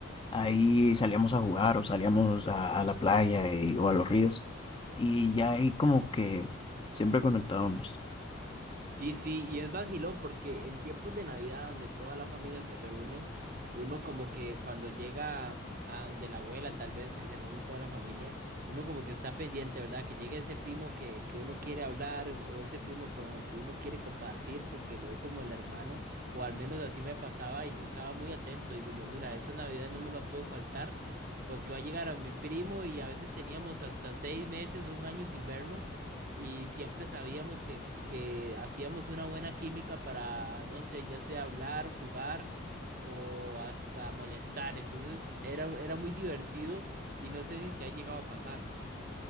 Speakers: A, on the left; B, on the right.
A: ahí salíamos a jugar o salíamos a, a la playa y- o a los ríos. Y ya ahí como que siempre conectábamos.
B: Sí, sí, y es vacilón porque en tiempos de Navidad donde toda la familia se reúne, uno como que cuando llega a donde la abuela tal vez que se reúne toda la familia, uno como que está pendiente, ¿verdad? Que llegue ese primo que, que uno quiere hablar o ese primo con el que uno quiere compartir porque lo ve como el hermano, o al menos así me pasaba y yo estaba muy atento, digo yo, mira, esas Navidades no me las puedo faltar porque va a llegar a mi primo y a veces teníamos hasta seis meses o un año sin vernos y siempre sabíamos que, que hacíamos una buena química para, no sé, ya sea hablar, jugar o hasta molestar. Entonces era, era muy divertido y no sé si te ha llegado a pasar.